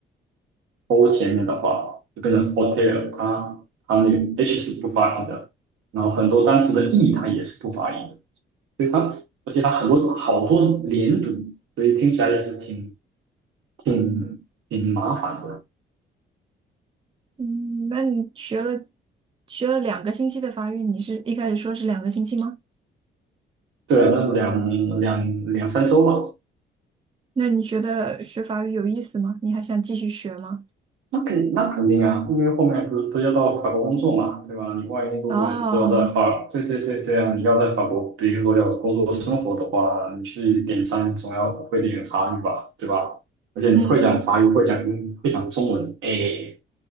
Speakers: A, on the right; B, on the right.
A: O 前面的话，就变成是 hotel，它它那个 H 是不发音的，然后很多单词的 E 它也是不发音的，所以它而且它很多好多连读，所以听起来也是挺挺挺麻烦的。
B: 嗯，那你学了学了两个星期的法语，你是一开始说是两个星期吗？
A: 对啊，那两两两三周吧。
B: 那你觉得学法语有意思吗？你还想继续学吗？
A: 那肯那肯定啊，因为后面不是都要到法国工作嘛，对吧？你万一如果是要在法，
B: 哦，
A: 对对对对啊，这样你要在法国，比如说要工作生活的话，你去点餐总要会点法语吧，对吧？而且你会讲法语，
B: 嗯
A: 会讲英会讲中文，哎，